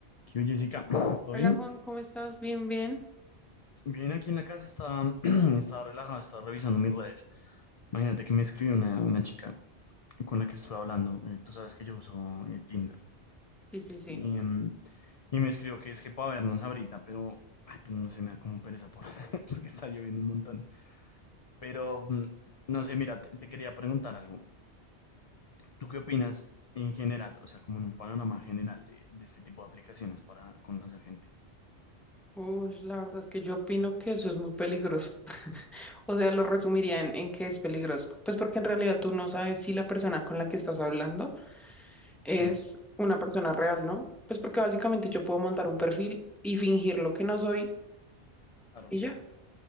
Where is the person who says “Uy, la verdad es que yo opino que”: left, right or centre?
Centre